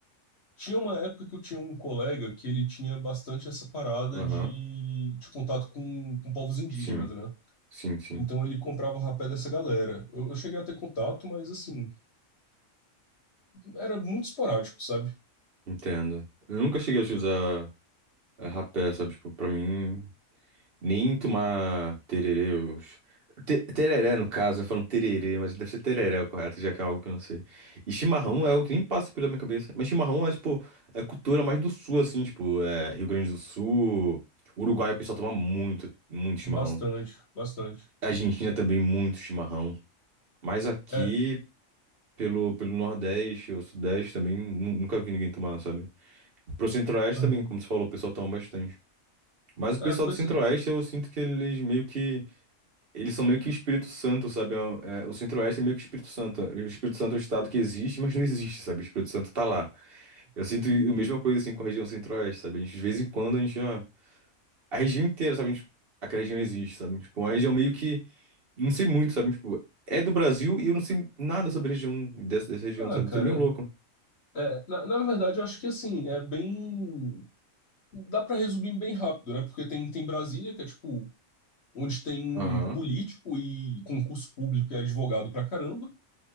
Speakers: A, on the left; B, on the right.
A: Tinha uma época que eu tinha um colega que ele tinha bastante essa parada
B: Aham.
A: de, de contato com, com povos indígenas,
B: Sim,
A: né?
B: sim, sim.
A: Então ele comprava o rapé dessa galera. Eu, eu cheguei a ter contato, mas assim, era muito esporádico, sabe?
B: Entendo. Eu nunca cheguei a usar eh, rapé, sabe? Tipo, pra mim, nem tomar tererê. eu- Te- Tereré, no caso, eu falo tererê, mas deve ser tereré o correto, já que é algo que eu não sei. E chimarrão é o que nem passa pela minha cabeça. Mas chimarrão é, tipo, é cultura mais do sul, assim, tipo, é Rio Grande do Sul, Uruguai, o pessoal toma muito, muito chimarrão.
A: Bastante, bastante.
B: Argentina também, muito chimarrão. Mas aqui,
A: É,
B: pelo, pelo Nordeste ou Sudeste também, nu- nunca vi ninguém tomar, sabe? Pro Centro-Oeste
A: aham.
B: também, como você falou, o pessoal toma bastante. Mas o
A: É,
B: pessoal
A: pois
B: do Centro-Oeste,
A: é.
B: eu sinto que eles meio que. Eles são meio que o Espírito Santo, sabe? É um- é, o Centro-Oeste é meio que o Espírito Santo. O Espírito Santo é um estado que existe, mas não existe, sabe? O Espírito Santo tá lá. Eu sinto a mesma coisa assim com a região Centro-Oeste, sabe? A gente, de vez em quando a gente já. A região inteira, sabe? A gente... Aquela região existe, sabe? Tipo, uma região meio que. Não sei muito, sabe? Tipo, é do Brasil e eu não sei nada sobre a região dessa, dessa região,
A: Ah,
B: sabe?
A: cara,
B: Isso é meio louco.
A: é, na, na verdade, eu acho que assim, é bem. Dá pra resumir bem rápido, né? Porque tem, tem Brasília, que é tipo, onde tem
B: Aham,
A: político e concurso público e advogado pra caramba.